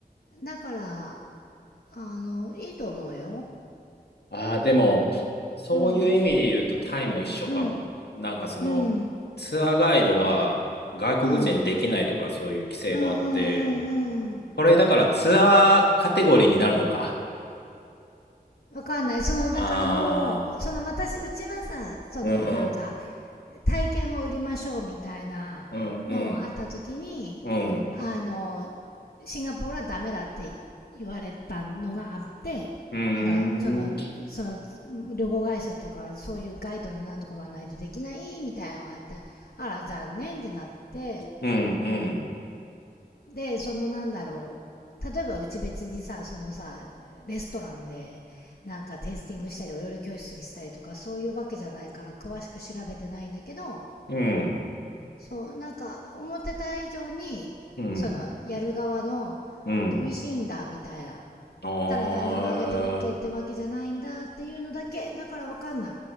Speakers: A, on the left; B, on the left.
A: だから、あの、いいと思うよ。
B: ああ、でも、そういう意味で言うとタイも一緒かも。
A: うん、うん、
B: なんかその、
A: うん、
B: ツアーガイドは外国人できないとかそういう規制があって、
A: うん、うん、うん、うん、うん。
B: これだからツアーカテゴリーになるのか。
A: わかんない。その、
B: ああ、
A: だからもう、その私、うちはさ、そのなんか、
B: うん、
A: 体験を売りましょうみたいなのもあった時に、
B: うん、うん、うん、
A: あの、シンガポールはダメだって言われたのがあって、
B: うん、
A: なんか、その、
B: うん、
A: その、旅行会社とか、そういうガイドのなんとかがないとできないみたいなのがあって、あら、残念ってなって、
B: うん。うん
A: でそのなんだろう例えばうち別にさそのさレストランでなんかテイスティングしたりお料理教室にしたりとかそういうわけじゃないから詳しく調べてないんだけど
B: うん、
A: そうなんか思ってた以上にそのやる側の
B: うん、うん。
A: 厳しいんだみたいな
B: ああ、
A: ただ何でもあげて OK ってわけじゃないんだっていうのだけだからわかんない